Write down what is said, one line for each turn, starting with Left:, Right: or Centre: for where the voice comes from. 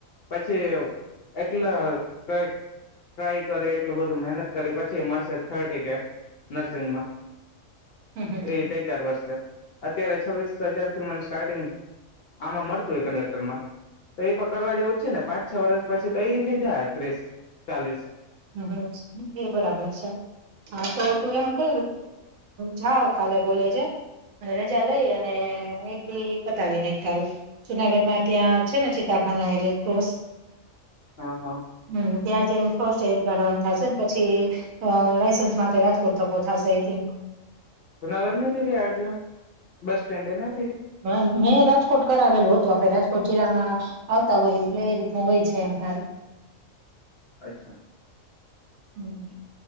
Left: પછી એવ એટલા ટ્રાય કરી એટલું બધું મહેનત કરી પછી મળશે થર્ટી કે નર્સિંગમાં
Right: હમ હમ
Left: એ ત ચાર વર્ષ અત્યારે છવ્વીસ હજાર થી મન સ્ટાર્ટિંગ આમાં મળતું હોય કંડક્ટરમાં તો એ પણ કરવા જેવું છે ને પાંચ છ વરષ પછી તો એ થઈ જાય ત્રીસ ચાલીસ
Right: હમ એ બરાબર છે હા તો તું એમ ક જા <inaudible> કાલે બોલે છે અને રજા લઈ અને એ પતાવી નને સારું જુનાગઢમાં ત્યાં છે ને ચિતતાખા રેડ્રોસ
Left: હા હા
Right: હમ ત્યા જેમફો ગણવાન થશે ને પછી અહ લઇસેન્સ માટલા તો થશેઈ થિંક
Left: જુનાગઢ નહ આરટીએમ બસ સ્ટેન્ડ એ નથી
Right: મેં રાજકોટ કર આવેલું હતું આપે રાજકોટ જિલ્લામાં આવતા હોય એટલે એ રીતનું હોય છે એમ તાર
Left: અચ્છા
Right: હમ